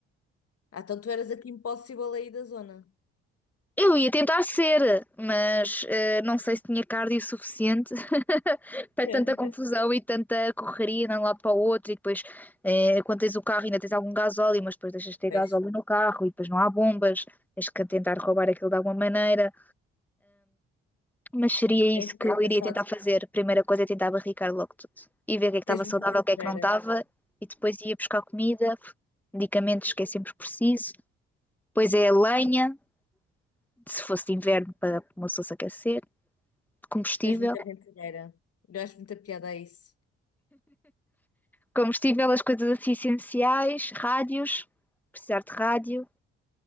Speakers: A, on the left; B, in the centre.
A: Ah, então tu eras aqui impossível aí da zona.
B: Eu ia tentar ser, mas eh, não sei se tinha cardio suficiente <laughs> para
A: É.
B: tanta confusão e tanta correria de um lado para o outro. E depois, eh, quando tens o carro, ainda tens algum gasóleo, mas depois deixas de ter
A: Pois,
B: gasóleo no carro e depois não há bombas. Tens que tentar roubar aquilo de alguma maneira. Mas seria
A: é
B: isso
A: muito
B: que eu
A: engraçado.
B: iria tentar fazer. Primeira coisa é tentar barricar logo tudo e ver o que é que estava
A: Tens
B: saudável,
A: muita aventureira.
B: o que é que não estava. E depois ia buscar comida, medicamentos que é sempre preciso. Depois é a lenha, se fosse de inverno, para para uma pessoa se aquecer. combustível,
A: Tens muita aventureira. Eu acho muita piada a isso.
B: combustível, as coisas assim essenciais, rádios, precisar de rádio,